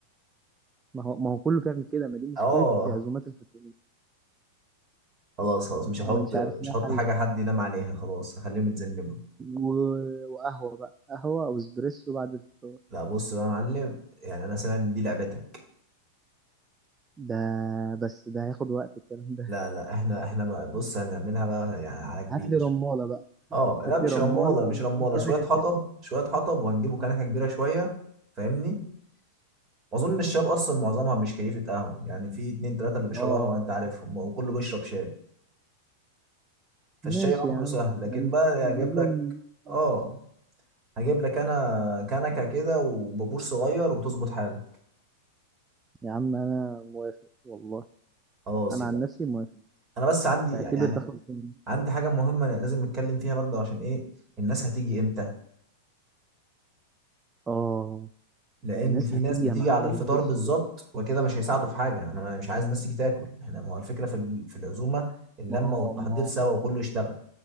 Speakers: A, on the right (about 15°); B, on the right (about 35°).
A: ما هو ما هو كله بيعمل كده ما دي مشكله
B: اه
A: عزومات الفطور
B: خلاص خلاص مش هحط
A: انا مش
B: مش
A: عارف لها
B: هحط
A: حل
B: حاجة حد ينام عليها خلاص هخليهم يتذنبوا
A: و... وقهوه بقى قهوه او اسبريسو بعد الفطور
B: لا بص بقى يا معلم يعني انا سامع ان دي لعبتك
A: ده بس ده هياخد وقت الكلام ده
B: لا لا احنا احنا بقى بص هنعملها بقى يعني على كبير
A: هات لي رماله بقى
B: اه لا
A: هات
B: مش
A: لي رماله
B: رمالة
A: وكام
B: مش رمالة
A: كنكه
B: شوية حطب
A: كده
B: شوية حطب وهنجيبوا كنكة كبيرة شوية فاهمني واظن الشباب اصلا معظمها مش كيفة قهوة يعني في اتنين تلاتة اللي بيشربوا
A: اه
B: قهوة انت عارفهم وكله بيشرب شاي فالشاي
A: ماشي يا
B: امره
A: عم
B: سهل لكن
A: نعمل
B: بقى
A: نعمل
B: هجيب لك
A: لهم قهوه
B: اه هجيب لك انا كنكة كده وبابور صغير وتظبط حالك
A: يا عم انا موافق والله
B: خلاص
A: انا
B: يبقى
A: عن نفسي موافق
B: انا بس عندي
A: اعتبر
B: يعني
A: ده بس خلصان
B: عندي حاجة مهمة أنا لازم نتكلم فيها برضه عشان ايه الناس هتيجي امتى
A: اه
B: لان
A: الناس
B: في
A: هتيجي
B: ناس بتيجي
A: يا معلم
B: على الفطار
A: بص
B: بالظبط
A: بص
B: وكده مش هيساعدوا في حاجة انا مش عايز الناس تيجي تاكل احنا ما هو الفكرة في ال- في العزومة اللمة
A: ما اه
B: والتحضير
A: ما
B: سوا
A: آه، ما آه.
B: وكله يشتغل